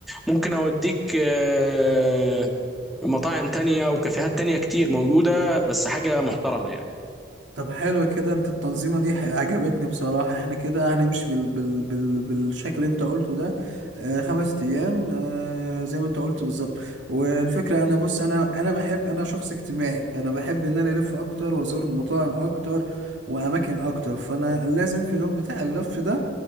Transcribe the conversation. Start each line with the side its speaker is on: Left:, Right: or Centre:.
Centre: ممكن اوديك آه، مطاعم تانية وكافيهات تانية كتير موجودة بس حاجة محترمة يعني
Right: طب حلو كده أنت التنظيمة دي ح- عجبتني بصراحة إحنا كده هنمشي بال بال بال بالشكل اللي أنت قلته ده آه خمس أيام آه زي ما أنت قلت بالظبط والفكرة أنا بص أنا أنا بحب أنا شخص اجتماعي فأنا بحب إن أنا ألف أكتر وأزور مطاعم أكتر وأماكن أكتر فأنا لازم في اليوم بتاع اللف ده